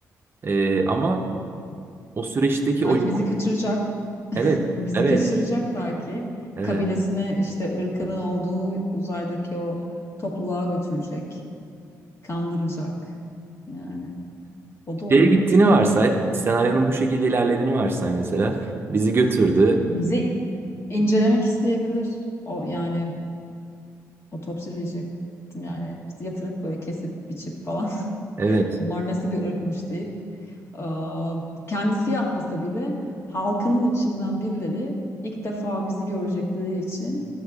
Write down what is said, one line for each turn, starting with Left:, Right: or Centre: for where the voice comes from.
Right: E, ama o süreçteki
Left: Belki
Right: o yol...
Left: bizi kaçıracak.
Right: Evet,
Left: Bizi
Right: evet,
Left: kaçıracak belki.
Right: evet.
Left: Kabilesine işte ırkının olduğu uzaydaki o topluluğa götürecek. Kandıracak. Yani o da olabilir.
Right: Şeye gittiğini varsay, senaryonun bu şekilde ilerlediğini varsay mesela. Bizi götürdü.
Left: Bizi incelemek isteyebilir. O yani otopsi diyecektim yani bizi yatırıp böyle kesip biçip falan
Right: Evet,
Left: bunlar nasıl bir ırkmış deyip e, kendisi yapmasa bile halkının içinden birileri ilk defa bizi görecekleri için